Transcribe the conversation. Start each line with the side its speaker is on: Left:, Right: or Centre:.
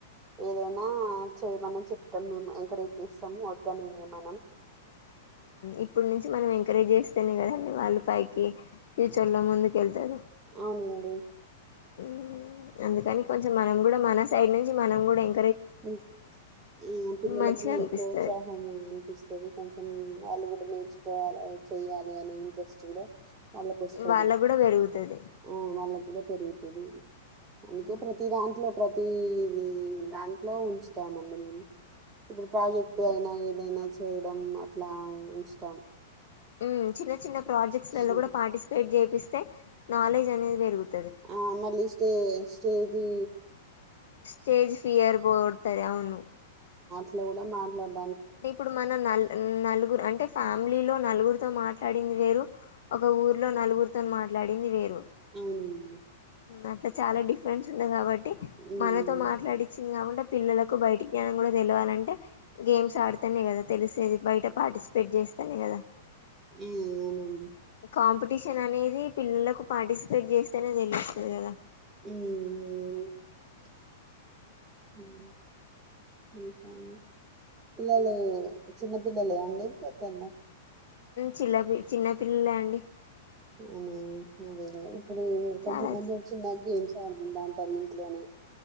Right: ఏదైనా చేయమని చెప్తాం, మేము ఎంకరేజ్ చేస్తాము వద్దని ఏం అనం.
Left: ఇప్పుడు నుంచి మనం ఎంకరేజ్ చేస్ స్తేని కదాండి వాళ్ళు పైకి ప్యూచర్ లో ముందుకు వెళ్తారు
Right: అవునండి
Left: మ్మ్ అందుకని కొంచెం మనం కూడా మన సైడ్ నుంచి మనం కూడా ఎం
Right: మ్మ్ ఆ పిల్లలకి
Left: మంచిగా అనిపిస్తది
Right: ప్రోత్సాహం అనిపిస్తది. కొంచెం వాళ్ళు కూడా నేర్చు కోవాల చెయ్యాలి అనే ఇంట్రెస్ట్ కూడా వాళ్ళకు వస్తది,
Left: వాళ్ళకు కూడా పెరుగుతది
Right: ఆ వాళ్ళకు కూడా పెరుగుతుది, అందుకే
Left: మ్,
Right: ప్రతి దాంట్లో ప్రతి మ్ అట్ ఉంచుతామండి మేము ఇప్పుడు ప్రాజెక్ట్
Left: మ్,
Right: అయినా ఏదైనా చేయడం అట్లా ఉంచుతాం
Left: మ్ చిన్న చిన్న ప్రాజెక్ట్స్
Right: చి-
Left: లో కూడా పార్టిసిపేట్ చేపిస్తే నాలెజ్ అనేది పెరుగుతుంది
Right: ఆ మళ్ళి ఇస్తే చేది
Left: స్టేజ్ ఫియర్ బోగొడతది అవును
Right: ప్లోలో మాట్లాడ
Left: అంటే ఇప్పుడు మన నల్ నలుగు అంటే ఫ్యామిలీలో నలుగురుతో మాట్లాడింది వేరు ఒక ఊర్లో నలుగురుతోని మాట్లాడింది వేరు
Right: అవునండి
Left: అట్లా చాలా డిఫరెన్స్ ఉంది కాబట్ ట్టి
Right: ఉమ్
Left: మనతో మాట్లాడి <unintelligible> పిల్లలకు బయట జ్ఞానం కూడా తెలియవాలంటే గేమ్స్ ఆడుతనే కదా తెలిసేది బయట పాటి పెట్ చేస్తానే కదా
Right: అవునండి
Left: కాంపిటీషన్ అనేది పిల్లలకు పార్టిసిపేట్ చేస్తేనే తెలుస్తుంది కదా
Right: <unintelligible> మ్మ్ ఇంకా అండి పిల్లలు చిన్న పిల్లలు అండి ఇదన్నా
Left: చిలపి చిన్న పిల్లలే అండి
Right: <unintelligible> ఇప్పుడు కొంచం
Left: చాలా
Right: <unintelligible> గేమ్స్ ఆడకుండా ఉంటారు ఇంట్లోనే